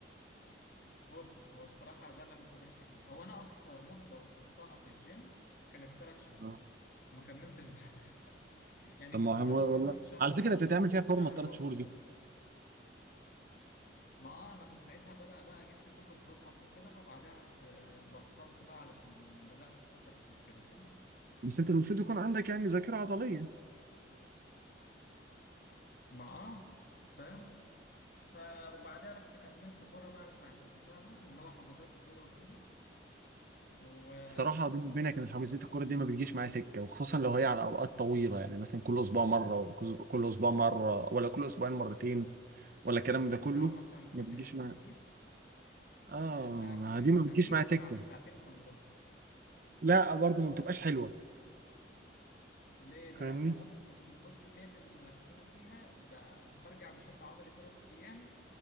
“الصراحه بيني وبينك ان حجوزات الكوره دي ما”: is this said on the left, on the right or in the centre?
Right